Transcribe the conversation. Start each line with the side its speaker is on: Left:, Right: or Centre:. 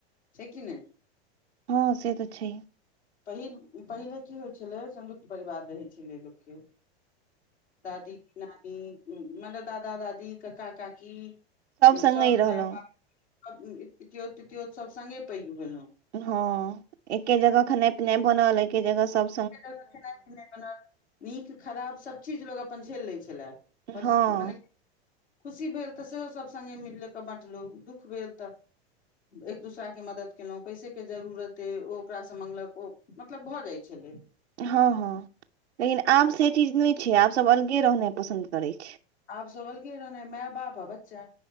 Left: छै कि नहि
Right: हँ से तऽ छै।
Left: पहिल पहिले की होइत छलै संयुक्त परिवार रहैत छलै लोक के दादी नानी मतलब दादा दादी काका काकी
Right: संगहि
Left: सभ
Right: रहलहुँ
Left: माय बाप पियोत पितियोत सभ संगे पैघ भेलहुँ
Right: हँ एके जगह खेनाइ पिनाइ बनल एके जगह सब।
Left: खेनाइ खेनाइ पिनाय बनल नीक खराब सभ चीज लोको अपन झेल लै छलै परि
Right: हँ
Left: मने खुशी भेल तऽ सेहो सभ संगे मिलि कऽ बाँटलहुँ दुःख भेल एक दूसरा के मदद केलहुँ पैसे के जरूरत अ ओ ओकासँ मंगल कऽ ओ मतलब भऽ जाइत छलै।
Right: हँ हँ लेकिन आब
Left: आ
Right: से चीज नहि छै आब सभ अलगे रह नाइ पसन्द करैत छै
Left: आप सब अलगे रहना है मायं बाप है बच्चा